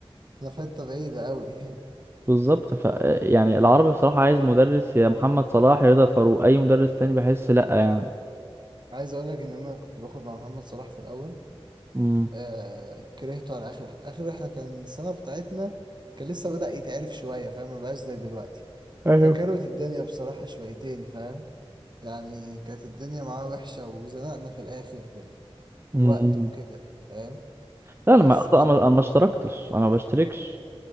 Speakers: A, on the right; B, on the right.
A: احنا في حته بعيده قوي <laughs>
B: بالظبط ف يعني العربي بصراحة عايز مدرس يا محمد صلاح يا رضا الفاروق اي مدرس تاني بحس لا يعني
A: عايز اقول لك ان انا كنت باخد مع محمد صلاح في الاول
B: مم.
A: آه كرهته على اخر اخر رحله كان السنه بتاعتنا كان لسه بدأ يتعرف شويه فاهم ما بقاش زي دلوقتي
B: ايوه
A: فكروت الدنيا بصراحه شويتين فاهم يعني كانت الدنيا معاه وحشه وزنقنا في الاخر في ال... في
B: مم.
A: الوقت وكده فاهم
B: لا انا
A: بس
B: ما اصلا
A: بصراحه
B: انا أنا ما اشتركتش انا ما بشتركش